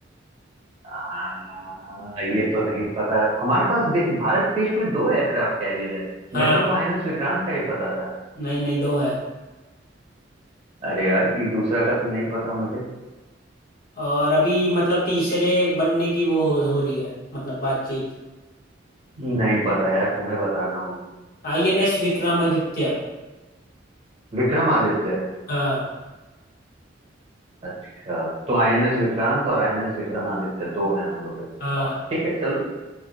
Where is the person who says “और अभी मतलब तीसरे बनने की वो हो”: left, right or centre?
Left